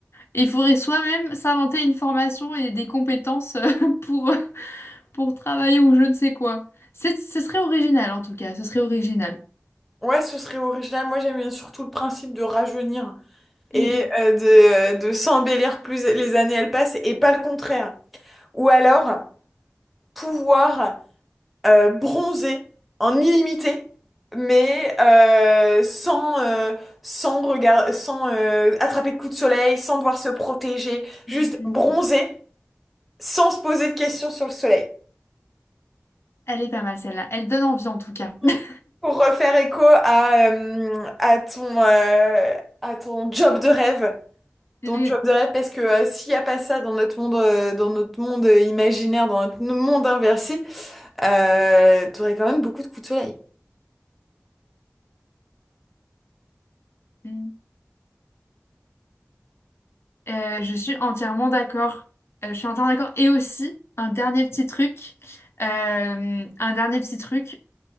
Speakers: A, on the left; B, in the centre.
A: et il faudrait soi-même s'inventer une formation et des compétences euh, <laughs> pour, pour travailler ou je ne sais quoi. C'est, ce serait original en tout cas, ce serait original.
B: Ouais, ce serait original. Moi, j'aime bien surtout le principe de rajeunir. et
A: Mm,
B: euh, de, euh, de s'embellir plus les années elles passent et pas le contraire. Ou alors pouvoir euh, bronzer en illimité, mais euh, sans, euh, sans, regard, sans euh, attraper de coups de soleil, sans devoir se protéger, juste
A: mm.
B: bronzer
A: Mm.
B: sans se poser de questions sur le soleil.
A: Elle est pas mal celle-là, elle donne envie en tout cas.
B: Mm.
A: <laughs>
B: Pour refaire écho à, euh, à ton, euh, à ton job de rêve,
A: Mm,
B: Ton job de rêve, parce que euh, s'il n'y a pas ça dans notre monde, euh, dans notre monde euh, imaginaire, dans notre monde inversé, euh, tu aurais quand même beaucoup de coups de soleil.
A: mm. Euh, je suis entièrement d'accord. Euh, je suis entièrement d'accord. Et aussi, un dernier petit truc. euh, un dernier petit truc.